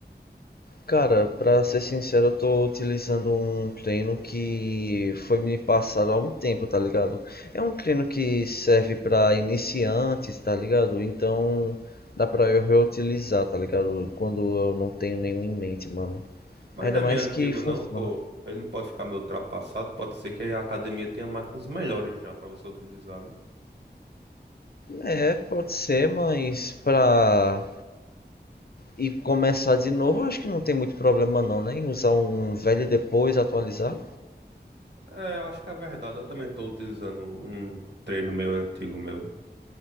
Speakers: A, on the left (about 60°); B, on the right (about 70°).
A: Cara, pra ser sincero, eu tô utilizando um treino que foi me passado há algum tempo, tá ligado? É um treino que serve pra iniciantes, tá ligado? Então dá pra eu reutilizar, tá ligado? Quando eu não tenho nenhum em mente, mano.
B: Mas
A: Ainda
B: não é
A: mais
B: meio antigo
A: que funciona.
B: não, pô. Ele não pode ficar meio ultrapassado, pode ser que a academia tenha máquinas melhores já pra você utilizar, não?
A: É, pode ser, mas pra e começar de novo, eu acho que não tem muito problema não, né? Em usar um velho e depois atualizar.
B: É, eu acho que é verdade. Eu também tô utilizando um treino meu antigo meu.